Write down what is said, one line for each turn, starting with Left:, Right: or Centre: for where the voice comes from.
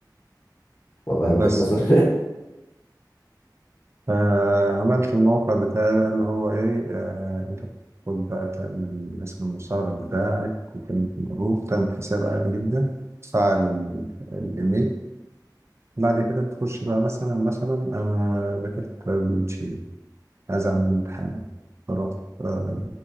Left: والله
Right: بس
Left: وجهة نظر
Right: فعملت الموقع بتاعي بقى اللي هو إيه آه أنت بتاخد بقى تعمل اسم المستخدم بتاعك وكلمة المرور تعمل حساب عادي جدا تفعل ال- الإيميل بعد كده بتخش بقى مثلا مثلا أنا ذاكرت بيتشي عايز أعمل امتحان فرحت آه،